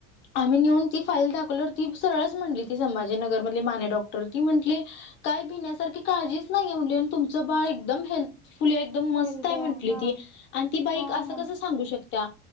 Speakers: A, on the left; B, on the right.
A: आम्ही नेऊन ती फाईल दाखवल्यावर ती सरळच म्हटली, ती संभाजीनगर मधली माने डॉक्टर ती म्हटली काय भिण्यासारखी काळजीच नाहीये, तुमचं बाळ एकदम हेल्थफुली आहे. एकदम मस्त
B: हेल्द्या
A: हाय म्हटली
B: हा
A: ती आणि ती बाई
B: हा
A: असं
B: हा
A: कस सांगू शकत्या